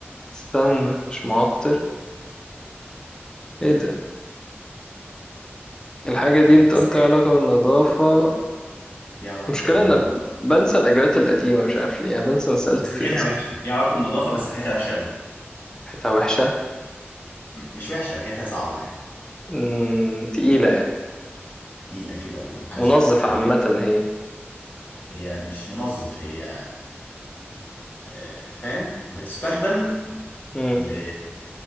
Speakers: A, on the left; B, on the left.
A: استنى مش معطر ايه ده؟ الحاجة
B: كمل
A: دي انت
B: بس
A: قلت لي علاقة بالنظافة
B: ليها علاقة
A: المشكلة
B: بالنظافة
A: انا
B: آه.
A: بنسى الاجابات القديمة مش عارف ليه يعني بنسى انا سألت
B: بس
A: فيه
B: ريحتها
A: اصلا
B: وحشة ليها علاقة بالنظافة بس ريحتها وحشة قوي
A: حتة وحشة
B: م- مش وحشة ريحتها صعبة يعني
A: مم، تقيلة يعني
B: تقيلة كده ومحدش
A: منظف
B: بيستحملها
A: عامة هي
B: هي مش منظف هي آه، فاهم بتستخدم
A: مم.
B: ل...